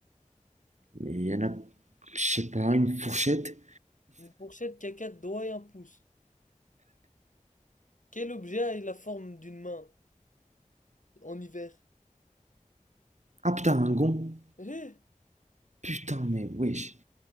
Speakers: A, on the right (about 60°); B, on the left (about 70°).
A: Mais il y en a. Je sais pas, une fourchette.
B: Une fourchette qui a quatre doigts et un pouce. Quel objet a la forme d'une main en hiver?
A: Ah putain, un gon
B: Eh
A: Putain, mais wesh.